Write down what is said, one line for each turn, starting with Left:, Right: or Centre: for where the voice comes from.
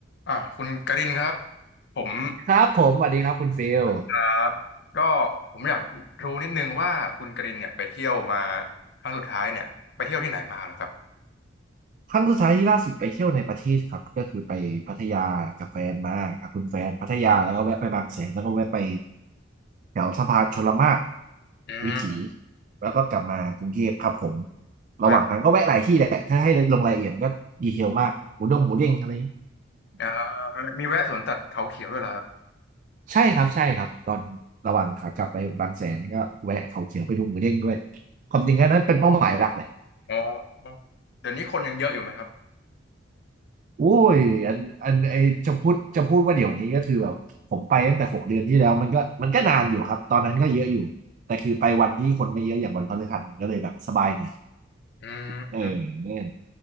Left: อ่าคุณการินครับผม
Right: ครับผมสวัสดีครับคุณฟิล
Left: ครับก็ผมอยากรู้นิดนึงว่าคุณการินเนี่ยไปเที่ยวมาครั้งสุดท้ายเนี่ยไปเที่ยวที่ไหนมาเหรอครับ
Right: ครั้งสุดท้ายที่ล่าสุดไปเที่ยวในประเทศครับก็คือไปพัทยากับแฟนมากับคุณแฟนพัทยาแล้วก็แวะไปบางแสนแล้วก็แวะไปแถวสะพานชลมาก
Left: อืม
Right: วิถีแล้วก็กลับมากรุงเทพครับผมระหว่างทางก็แวะหลายที่แหละถ้าให้ลงรายละเอียดก็ดีเทลมากหมูดงหมูเด้งอะไร
Left: แวะอ่ามีแวะสวนสัตว์เขาเขียวด้วยเหรอครับ
Right: ใช่ครับใช่ครับตอนระหว่างขากลับไปบางแสนก็แวะเขาเขียวไปดูหมูเด้งด้วยความจริงอันนั้นเป็นเป้าหมายหลักเลย
Left: อ๋อเดี๋ยวนี้คนยังเยอะอยู่ไหมครับ
Right: โอ้ยอันอันไอจะพูดจะพูดว่าเดี๋ยวนี้ก็คือแบบผมไปตั้งแต่หกเดือนที่แล้วมันก็มันก็นานอยู่ครับตอนนั้นก็เยอะอยู่แต่คือไปวันที่คนไม่เยอะอย่างวันพฤหัสมันก็เลยแบบสบายหน่อย
Left: อื
Right: เอ
Left: ม
Right: อ